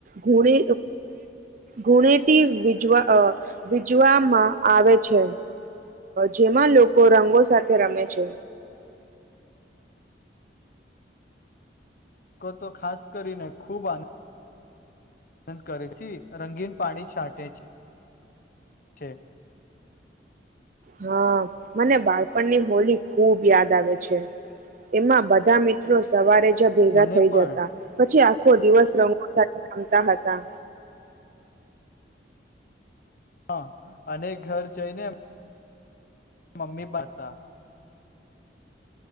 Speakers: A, on the right; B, on the left.
A: ધુણે ઘૂણેટી વિજવા વિજવામાં આવે છે જેમાં લોકો રંગો સાથે રમે છે
B: તો ખાસ કરીને ખૂબ આનંદ આનંદ કરેથી રંગીન પાણી છાંટે છે છે
A: હા મને બાળપણની હોલી ખૂબ યાદ આવે છે એમાં બધા મિત્રો સવારે ભેગા
B: મને
A: થઈ
B: પણ
A: જતા પછી આખો દિવસ રંગો સાથે રમતા હતા
B: હા અને ઘર જઈને એમ મમ્મી બતા